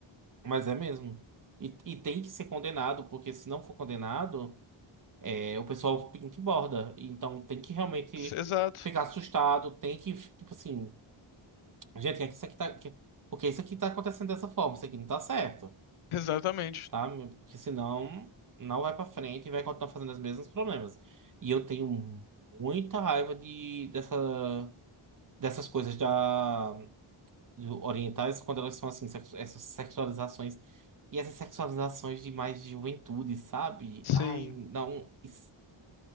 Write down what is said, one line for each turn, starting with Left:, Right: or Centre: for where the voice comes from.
Right: Mas é mesmo. E, e tem que ser condenado, porque se não for condenado. É, o pessoal borda Então tem que realmente
Left: Exato,
Right: ficar assustado, tem que, tipo assim, gente, é que isso aqui tá. que- é, Porque isso aqui tá acontecendo dessa forma, isso aqui não tá certo,
Left: exatamente.
Right: sabe? Porque senão não vai pra frente e vai continuar fazendo os mesmos problemas. E eu tenho muita raiva de, dessa, dessas coisas da, do orientais quando elas são assim, sexu- essas sexualizações. E essas sexualizações de mais de juventude, sabe?
Left: Sim.
Right: Ai, não. Isso,